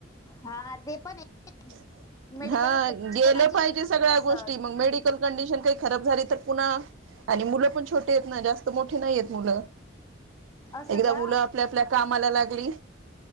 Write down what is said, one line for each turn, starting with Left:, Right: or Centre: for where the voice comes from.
Left: हा ते पण... आहे
Right: <unintelligible>
Left: मेडिकल
Right: हा गेलं
Left: कोणाची
Right: पाहिजे सगळ्या
Left: असं
Right: गोष्टी मग मेडिकल कंडिशन काही खराब झाली तर पुन्हा... आणि मुलं पण छोटे आहेत ना जास्त मोठे नाही आहेत मुलं...
Left: असं
Right: एकदा
Left: का...
Right: मुलं आपल्या आपल्या कामाला लागली